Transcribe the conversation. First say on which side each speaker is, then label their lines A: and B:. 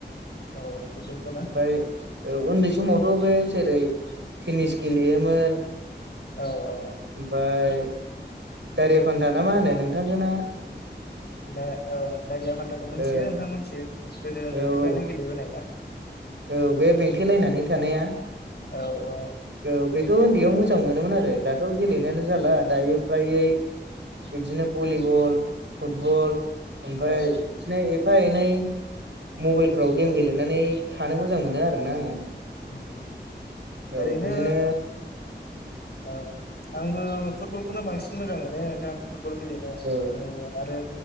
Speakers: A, on the left; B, on the right.
A: औ फुथबलखौ ना?
B: ओमफ्राय ओ उन्दै समावथ' बे जेरै टेनिस गेलेयोमोन।
A: औ औ
B: ओमफ्राय दारिया फान्था ना मा होनो? नोंथां मोनना
A: दा औ दाारिया फान्थाखौ मिनथियो
B: ओ
A: नोंथां मोनथियो गोदो उन्दैनिफ्रायनो
B: औ
A: गेलेबोनाय ना।
B: औ बे बेंथेलायनानै थानाया।
A: औ औ
B: औ बेखौ उन्दैयाव मोजां मोनोमोन आरो आरो दाथ' गेलेनायानो जाला दायो फ्रायै बिदिनो भलिबल फुटबल ओमफ्राय
A: औ
B: बिदिनो एफा ए नै मबाइलफ्राव गेम गेलेनानै थानो मोजां मोनो आरो ना आङो।
A: उम उम
B: औ
A: ओरै'नो
B: बिदिनो
A: औ आंबो फुटबल खौनो बांसिन सिन मोजां मोनो नोंथां फुटबल गेलेनो
B: औ
A: आङो आरो